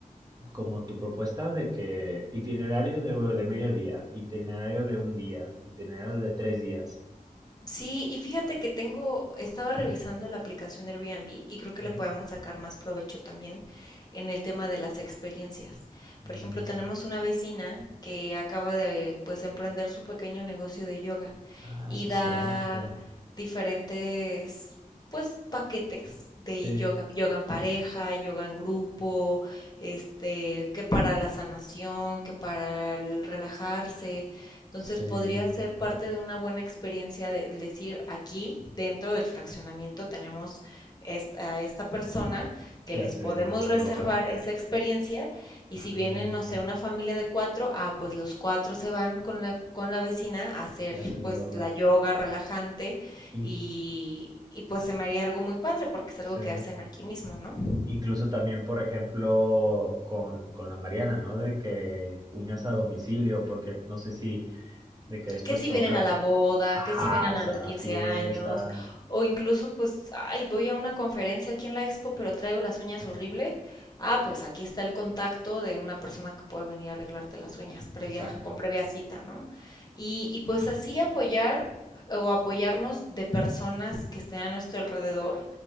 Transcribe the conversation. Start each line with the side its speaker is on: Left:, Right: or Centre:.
Right: como tu propuesta de que itinerario de, de medio día, itinerario de un día, itinerario de tres días.
Left: Sí, y fíjate que tengo, estaba revisando la aplicación de Airbnb y creo que
Right: Ujú.
Left: le podemos sacar más provecho también en el tema de las experiencias. Por
Right: Mm,
Left: ejemplo, tenemos una vecina que acaba de pues emprender su pequeño negocio de yoga
Right: Ah,
Left: y
Right: sí,
Left: da
Right: cierto.
Left: diferentes pues paquetes de
Right: Sí,
Left: yoga, yoga en pareja, yoga en grupo, este, que para la sanación, que para el relajarse. Entonces,
Right: sí.
Left: podría ser parte de una buena experiencia de decir, aquí dentro del fraccionamiento tenemos est- a esta persona
Right: Que
Left: que les
Right: hace
Left: podemos reservar
Right: yoga.
Left: esa experiencia y si
Right: Ándale,
Left: vienen, no sé, una familia de cuatro, ah, pues los cuatro se van con la, con la vecina a hacer
Right: y hacen
Left: pues
Right: yoga.
Left: la yoga relajante
Right: In-
Left: y, y pues se me haría algo muy padre porque es
Right: sí.
Left: algo que hacen aquí mismo, ¿no?
Right: Incluso también, por ejemplo, con, con la Mariana, ¿no? De que uñas a domicilio, porque no sé si de que después
Left: que si
Right: toca,
Left: vienen a la boda,
Right: ajá,
Left: que si vienen
Right: esa
Left: a los
Right: la
Left: 15
Right: fiesta,
Left: años, o incluso pues, ay, voy a una conferencia aquí en la expo, pero traigo las uñas horrible. Ah, pues aquí está el contacto de una persona que puede venir a arreglarte las uñas previa,
Right: exacto.
Left: con previa cita, ¿no? Y, y pues así apoyar o apoyarnos de personas que estén a nuestro alrededor,